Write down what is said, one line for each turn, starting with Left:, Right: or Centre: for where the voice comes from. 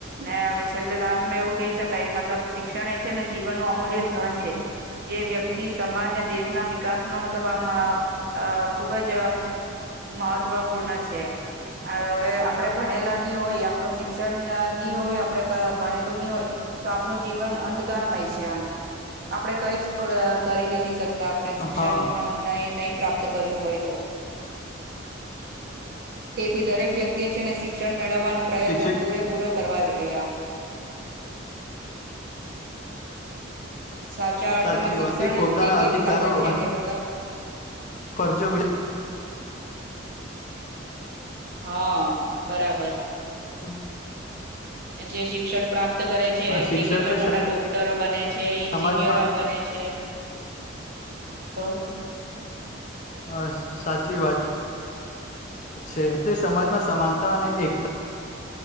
Right: ને હવે છેલ્લે લાસ્ટમાં એવું કહી શકાય કે મતલબ શિક્ષણ એ છે ને જીવનનું અમૂલ્ય ધન છે. જે વ્યક્તિ સમાજને દેશના વિકાસનો મતલબ આમ અ અ ખુબ જ મહત્વપૂર્ણ છે. આ હવે આપડે ભણેલા ની હોય આપણું શિક્ષણ ની હોય આપડે ભણેલું ની હોય તો આપણું જીવન અંધકારમય છે આપડે કઈ જ કરી નથી શક તા આપણે શિક્ષણ
Left: હા
Right: ન નહી પ્રાપ્ત કર્યું હોય તો. તેથી દરેક વ્યક્તિએ છે ને શિક્ષણ મેળવવાનો પ્રયત્ન
Left: શિક્ષક
Right: પૂરે પૂરો કરવા જોઈએ આમ સાચા અર્થમાં
Left: સાચી
Right: શિક્ષણ
Left: વાત પોતાના
Right: જ એક
Left: અધિકારો
Right: એવું સાધન છે કે મતલબ
Left: ફર્જો વિ
Right: હા બરાબર
Left: <inaudible>
Right: જે શિક્ષણ પ્રાપ્ત કરે છે
Left: શિક્ષણથી
Right: એ કેટલા મોટા ડોક્ટરો બને છે એન્જિનિયરો
Left: સમાજમાં
Right: બને છે તો
Left: હા સાચી વાત છે તે સમાજમાં સમાનતા અને એકતા